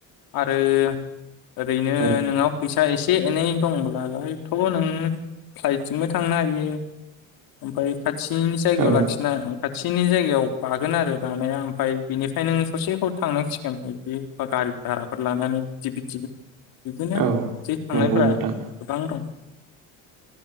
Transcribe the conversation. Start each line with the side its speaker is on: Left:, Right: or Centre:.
Left: आरो ओरैनो
Right: औ
Left: नोंनाव फैसा एसे एनै दंब्लालायथ' नों फ्लाइटजोंबो थांनो हायो ओमफ्राय खाथिनि जायगायाव लाखिनाय
Right: औ
Left: खा सिनि जायगायाव बागोन आरो बानाया ओमफफ्राय बिनिफ्राय नों ससेखौ थांनांसिगोन बिदि गारि भाराफोर लानानै बिदि-बिदि। बिदिनो
Right: औ
Left: जे थांनायफोरा
Right: नंगौ नोंथां
Left: गोबां दं।